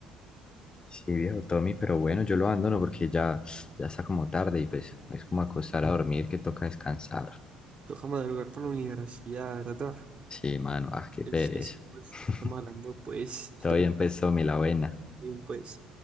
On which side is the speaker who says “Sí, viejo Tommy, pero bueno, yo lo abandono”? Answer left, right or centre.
Left